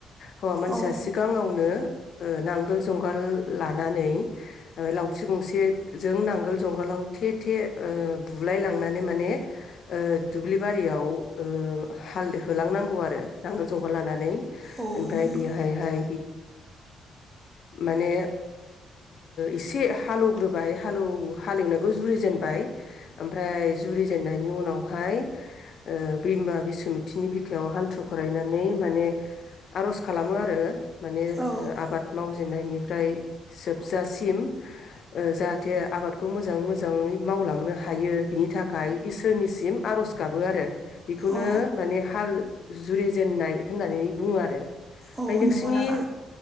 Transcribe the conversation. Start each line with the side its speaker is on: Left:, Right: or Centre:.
Left: हौवा मानसिया
Right: औ
Left: सिगाङावनो नांगोल जुंगाल लानानै लावथि गंसेजों नांगोल जुंगालाव थे थे बुलाय लांना माने ओ दुब्लिबारियाव ओ हाल होलां नांगौ आरो नांगोल जुंगाल लानानै
Right: औ
Left: ओमफ्राय
Right: नंगौ
Left: बेहाय हाय मोने एसे हालवै जेनबाय जुरि जेनबाय ओमफ्राय जुरिजेननायनि उनावहाय ओ बिमा बिसुमिथिनि बिखायाव हान्थु खरायनानै माने आर'ज खालामो आरो माने
Right: औ
Left: आबाद मावजेननायनिफ्राय जोबजासिम जाहाथे आबादखौ मोजाङै मोजाङै मावलांनो हायो बिनि था थाखाय इसोरनिसिम आर'ज गाबो आरो बेखौनो
Right: औ
Left: माने हाल जुरिजेनन्नाय होननानै बुङो आरो ओमफ्राय
Right: औ
Left: नोंसिनि
Right: नंगौ नामा